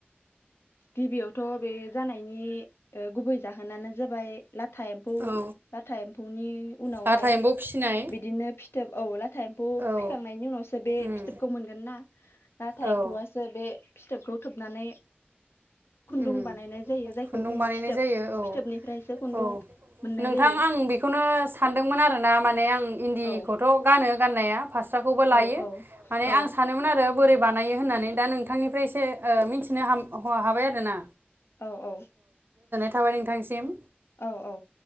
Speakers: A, on the left; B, on the right.
A: गिबियावथ' बे जानायनि ओ गुबै जाहोनानो जाबाय लाथा एम्फौ
B: औ
A: लाथा एम्फौनि उनावहाय
B: लाथा एम्फौ फिसिनाय
A: बिदिनो फि थोब औ ला था एम्फौ
B: औ
A: फिखांनायनि उनावसो बे
B: उम
A: फिथोबखौ मोनगोन ना नाथाय
B: औ
A: एम्फौआसो बे फिथोबखौ थोबनानै खुन्दुं
B: उम
A: बानायनाय जायो जायखौ
B: खुन्दुं
A: बुङो
B: बानायनाय
A: फिथोब
B: जायो औ
A: फिथोबनिफ्रायसो खुन्दुं
B: औ
A: मोननाय
B: नोंथां
A: जायो
B: आं बेखौनो सानदोंमोन आरोना माने आं इन्दिखौथ'
A: औ
B: गानो। गाननाया फास्राखौबो लायो
A: औ औ
B: माने
A: औ
B: आं सानोमोन आरो बोरै बानायो होननानै दा नोंथांनिफ्राय एसे ओ मिथिनो ह हाबाय आरो। थोना
A: औ औ
B: थाबाय नोंथांनिसिम।
A: औ औ